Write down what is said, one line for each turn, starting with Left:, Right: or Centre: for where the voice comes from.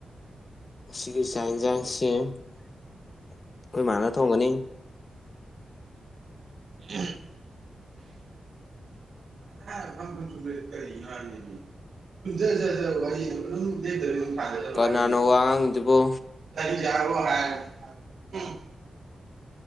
Left: ꯉꯁꯤꯒꯤ ꯆꯥꯛ ꯏꯟꯁꯥꯡꯁꯦ ꯑꯩꯈꯣꯏ ꯃꯥꯅ ꯊꯣꯡꯒꯅꯤ꯫
Right: <unintelligible> <unintelligible> <unintelligible>
Left: ꯀꯅꯥꯅꯣ ꯋꯥ ꯉꯥꯡꯉꯤꯗꯨꯕꯣ